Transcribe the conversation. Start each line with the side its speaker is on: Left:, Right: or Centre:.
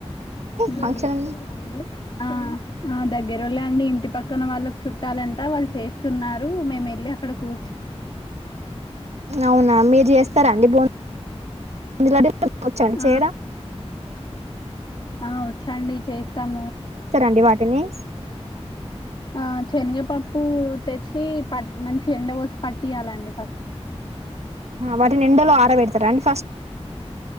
Left: మ్మ్
Right: ఫంక్షన్
Left: <inaudible> ఆ దగ్గరళ అండి ఇంటి పక్కన వాళ్ళకి చుట్టాలంట వాళ్ళు చేస్తున్నారు మేము వెళ్ళి అక్కడ కూర్చున్నాము ఇంత
Right: అవునా మీరు చేస్తారా అండి బో ఇందుడి వచండి
Left: ఆ
Right: చేయడా
Left: ఆ వచ్చాండి చేస్తాము
Right: అని
Left: ఆ శనగపప్పు తెచ్చి పట్ మంచి ఎండ కోసి పట్టియాలండి ఫస్ట్
Right: వాటిని ఎండలో ఆరబడతారా అండి ఫస్ట్